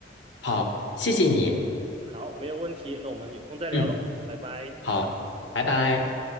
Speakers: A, on the left; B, on the right.
A: 好，谢谢你。
B: 好，没有问题。那我们有空再聊喽，
A: 嗯，
B: 拜拜。
A: 好，拜拜。